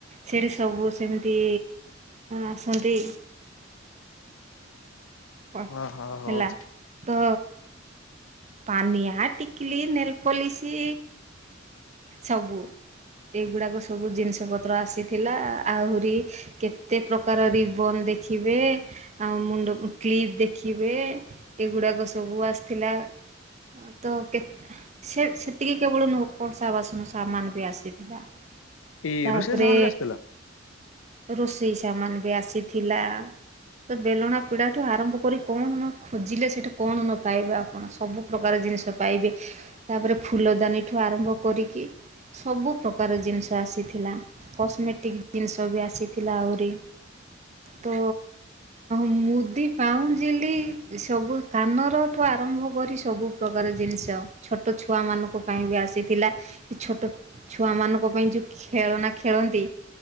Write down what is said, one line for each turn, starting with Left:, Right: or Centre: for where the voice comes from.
Right: ସେଇଠି ସବୁ ସେମିତି ଆସନ୍ତି। ପ
Left: ହଁ ହଁ ହଉ
Right: ହେଲା
Left: ତ।
Right: ତ ପାନିଆ, ଟିକିଲି, ନେଲପଲିଶି ସବୁ। ଏଗୁଡ଼ାକ ସବୁ ଜିନିଷପତ୍ର ଆସିଥିଲା। ଆହୁରି କେତେ ପ୍ରକାର ରିବନ ଦେଖିବେ। ଆଉ ମୁଣ୍ଡକୁ କ୍ଲିପ୍ ଦେଖିବେ ଏଗୁଡ଼ାକ ସବୁ ଆସିଥିଲା। ତ କେତ ସେ ସେତିକି କେବଳ ନୁହଁ କଂସା ବାସନ ସାମାନ ବି ଆସିଥିଲା।
Left: ଏଇ
Right: ତାପରେ
Left: ରୋଷେଇ ସାମାନ ବି ଆସିଥିଲା?
Right: ରୋଷେଇ ସାମାନ ବି ଆସିଥିଲା। ତ ବେଲଣା ପିଡା ସେଠୁ ଆରମ୍ଭ କରି କଣ ନ ଖୋଜିଲେ ସେଇଠୁ କଣ ନ ପାଇବେ ଆପଣ ସବୁ ପ୍ରକାର ଜିନିଷ ପାଇବେ। ତାପରେ ଫୁଲଦାନୀଠୁ ଆରମ୍ଭ କରିକି ସବୁ ପ୍ରକାର ଜିନିଷ ଆସିଥିଲା। କସ୍ମେଟିକ ଜିନିଷ ବି ଆସିଥିଲା ଆହୁରି। ତ ମୁଦି ପାଉଁଜିଲି ସବୁ କାନରଠୁ ଆରମ୍ଭ କରି ସବୁ ପ୍ରକାର ଜିନିଷ। ଛୋଟ ଛୁଆମାନଙ୍କ ପାଇଁ ବି ଆସିଥିଲା। କି ଛୋଟ ଛୁଆ ମାନଙ୍କ ପାଇଁ ଯୋଉ ଖେଳ ନା ଖେଳନ୍ତି